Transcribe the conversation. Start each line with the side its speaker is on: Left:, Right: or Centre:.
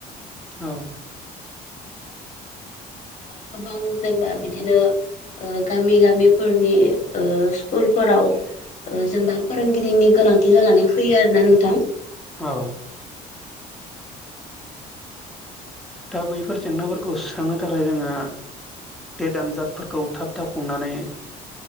Centre: औ
Left: गोबां जेनेबा बिदिनो गामि गामिफोरनि स्कुलफोराव जेनेबा फोरोंगिरिनि गोनांथि जानानै फैयो आरो ना नोंथां
Centre: औ दा बैफोर जेंनाफोरखौ थांनो थाखाय जोङो देट आनजादफोरखौ थाब थाब खुंनानै